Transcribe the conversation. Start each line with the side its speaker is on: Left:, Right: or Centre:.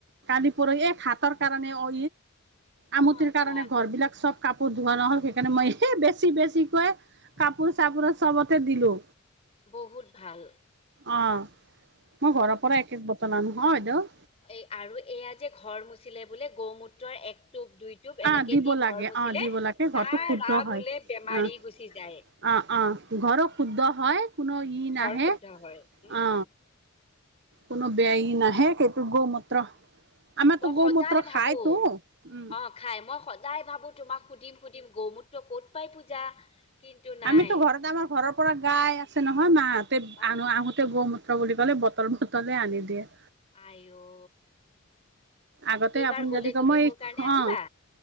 Right: কালি পৰহি এই হাতৰ কাৰণে অ
Left: অ
Right: আমঠিৰ
Left: আচ্ছা
Right: কাৰণে ঘৰ বিলাক চব কাপোৰ ধোৱা নহ'ল সেইকাৰণে মই এই বেছি বেছিকৈ কাপোৰ চাপোৰ চবতে দিলো
Left: বহুত ভাল
Right: অ মই ঘৰৰ পৰা এক এক বটল আনো হ বাইদেউ
Left: এ আৰু এয়া যে ঘৰ মুচিলে বোলে গৌমূত্ৰৰ এক টোপ দুই এনেকে
Right: অ দিব
Left: দি ঘৰ
Right: লাগে
Left: মুচিলে
Right: অ দিব
Left: চাহ
Right: লাগে ঘৰটো শুদ্ধ
Left: ৰা
Right: হয়
Left: বোলে বেমাৰি
Right: অ
Left: গুচি যায়
Right: অ অ ঘৰো শুদ্ধ হয় কোনো ই
Left: ঘৰ
Right: নাহে
Left: শুদ্ধ হয় উম
Right: অ কোনো বেই
Left: মই
Right: নাহে
Left: তাক
Right: সেইটো গৌমূত্ৰ আমাৰতো
Left: মই সদায়
Right: গৌমূত্ৰ
Left: ভাবো
Right: খাইতো উম
Left: অ খাই মই সদায় ভাবো তোমাক সুধিম সুধিম গৌমূত্ৰ ক'ত পাই পূজা কিন্তু নাই
Right: আমিতো ঘৰতে আমাৰ ঘৰৰ পৰা গাই আছে নহয় মাহঁতে
Left: অ
Right: আনো আহোতে গৌমূএ বুলি ক'লে বটল বটলে আনি দিয়ে
Left: আই অ
Right: আগতে
Left: এইবাৰ
Right: আপুনি
Left: গ'লে
Right: যদি ক
Left: তুমি
Right: মই
Left: মোৰ কাৰণে আনিবা
Right: অ